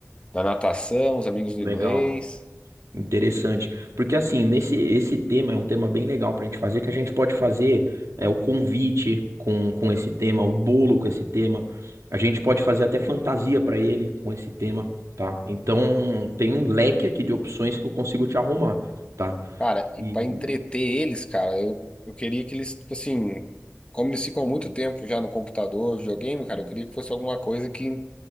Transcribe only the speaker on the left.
da natação, os amigos do
inglês.
Cara,
e pra entreter eles, cara, eu, eu queria que eles, tipo assim, como eles ficam muito tempo já no computador, videogame, cara, eu queria que fosse alguma coisa que.